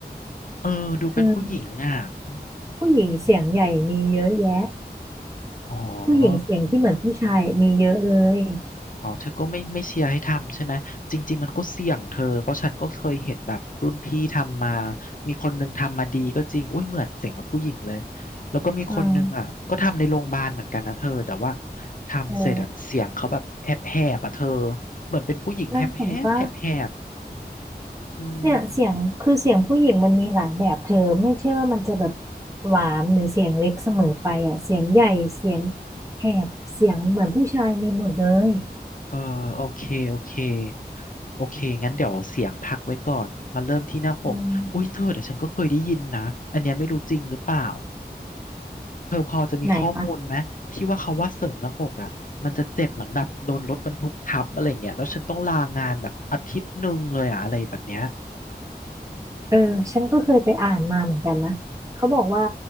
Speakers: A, on the left; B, on the right.
A: เออดูเป็นผู้หญิงอ่ะอม
B: เธอผู้หญิงเสียงใหญ่มีเยอะแยะ
A: อ๋อ
B: ผู้หญิงเสียงที่เหมือนผู้ชายมีเยอะเลย
A: อ๋อเธอก็ไม่ไม่เชียร์ให้ทำใช่ไหมจริงๆมันก็เสี่ยงเธอ เพราะฉันก็เคยเห็นแบบรุ่นพี่ทำมามีคนหนึ่งทำมาดีก็จริงอุ้ยเหมือนเสียงแบบผู้หญิงเลยแล้วก็มีคนหนึ่งอ่ะก็ทำในโรงพยาบาลเหมือนกันนะเธอแต่ว่า
B: อืม
A: ทำเสร็จอ่ะเสียงเขาแบบแหบแหบอ่ะเธอ
B: เออ
A: เหมือนเป็นผู้หญิงแหบแหบแหบแหบ
B: น่าเห็นปะ
A: อืม
B: เนี่ยเสียงคือเสียงผู้หญิงมันมีหลายแบบเธอไม่ใช่ว่ามันจะแบบหวานหรือเสียงเล็กเสมอไปอ่ะเสียงใหญ่เสียงแหบเสียงเหมือนผู้ชายมีหมดเลย
A: เออโอเคโอเคโอเคงั้นเดี๋ยวเสียงพักไว้ก่อนมาเริ่มที่หน้าอกอุ้ยเธอเดี๋ยวฉันก็เคยได้ยินนะอันเนี้ยไม่รู้จริงหรือเปล่า
B: อืม
A: เธอพอจะมีข้อมูลไหมที่ว่าเขาว่าเสริมหน้าอกอ่ะมันจะเจ็บเหมือนแบบโดนรถบรรทุกทับอะไรเงี้ยแล้วฉันต้องลางานแบบอาทิตย์หนึ่งเลยอะอะไรแบบเนี้ย
B: ไหนวะเออฉันก็เคยไปอ่านมาเหมือนกันนะเขาบอกว่า